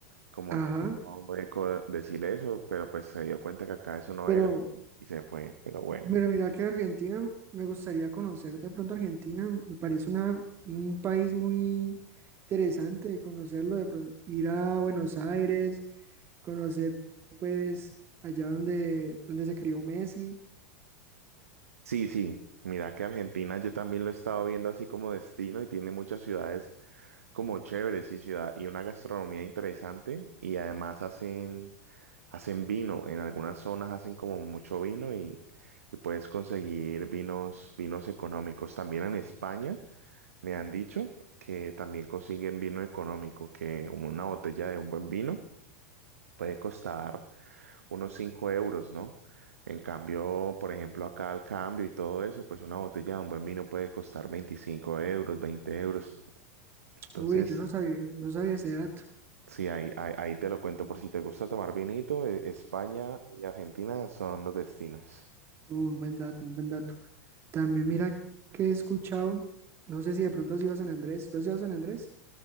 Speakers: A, on the right (about 70°); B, on the right (about 30°).
A: como
B: Ajá.
A: tan- hueco decir eso, pero pues se dio cuenta que acá eso no
B: Pero
A: era y se fue, pero bueno.
B: Pero mira que Argentina, me gustaría conocer de pronto Argentina, me parece una, un país muy interesante conocerlo, de pronto, ir a Buenos Aires, conocer pues allá donde, donde se crió Messi.
A: Sí, sí, mira que Argentina yo también lo he estado viendo así como destino y tiene muchas ciudades como chéveres y ciudad y una gastronomía interesante y además hacen hacen vino, en algunas zonas hacen como mucho vino y, y puedes conseguir vinos vinos económicos. También en España me han dicho que también consiguen vino económico, que una botella de un buen vino puede costar unos 5 euros, ¿no? En cambio, por ejemplo, acá al cambio y todo eso, pues una botella de un buen vino puede costar 25 euros, 20 euros. Entonces,
B: Uy, yo no sabía, no sabía ese dato.
A: sí, ahí, ahí, ahí te lo cuento por si te gusta tomar vinito, e- España y Argentina son los destinos.
B: Uh, un buen dato, un buen dato. También mira que he escuchado, no sé si de pronto has ido a San Andrés, ¿tú has ido a San Andrés?